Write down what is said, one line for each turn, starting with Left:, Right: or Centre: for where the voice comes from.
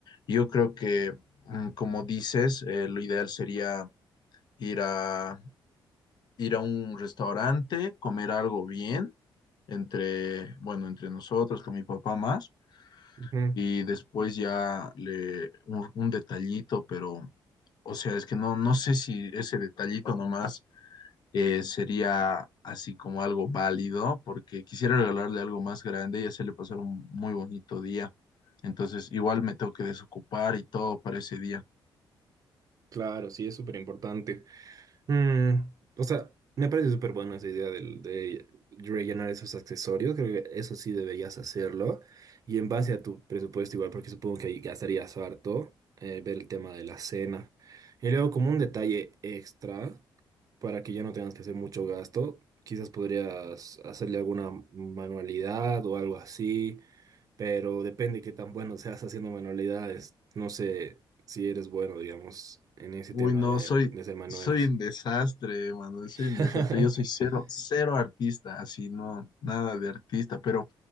Left: yo creo que, mm, como dices, eh, lo ideal sería ir a, ir a un restaurante, comer algo bien, entre, bueno, entre nosotros, con mi papá más,
Right: Ujú.
Left: y después ya le, un, un detallito, pero, o sea, es que no, no sé si ese detallito nomás eh, sería así como algo válido, porque quisiera regalarle algo más grande y hacerle pasar un muy bonito día. Entonces, igual me tengo que desocupar y todo para ese día.
Right: Claro, sí, es súper importante. Mm, o sea, me parece súper buena esa idea del- de, rellenar esos accesorios. Creo que eso sí deberías hacerlo. Y en base a tu presupuesto igual, porque supongo que ahí gastarías harto, eh, ver el tema de la cena. Y luego como un detalle extra, para que ya no tengas que hacer mucho gasto, quizás podrías hacerle alguna manualidad o algo así, pero depende qué tan bueno seas haciendo manualidades. No sé si eres bueno, digamos, en ese
Left: Uy,
Right: tema
Left: no,
Right: de,
Left: soy,
Right: de hacer manuales.
Left: soy un desastre, Manuel, soy
Right: <laughs>
Left: un desastre. Yo soy cero, cero artista, así, no, nada de artista, pero